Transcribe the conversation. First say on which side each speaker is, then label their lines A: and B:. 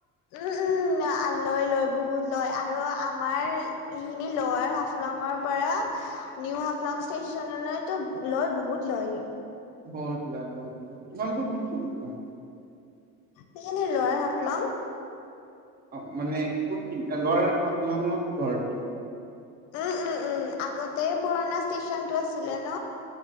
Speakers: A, on the left; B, on the right.
A: উম উম লয় লয় বহুত লয় আৰু আ- আমাৰ সেইখিনি লৱাৰ হাফলঙৰ পৰা নিউ হাফলং ষ্টেচনলৈটো লয় বহুত লয়।
B: বহুত লয়, বহুত লয়। তোমালোকৰ কোনখিনিত পৰে?
A: এইখিনি লয়া হাফলং
B: অ মানে কোনখিনি লৱাৰ হাফলং ঘৰ নেকি?
A: উম উম উম আগতে পুৰণা ষ্টেচনটো আছিলে ন।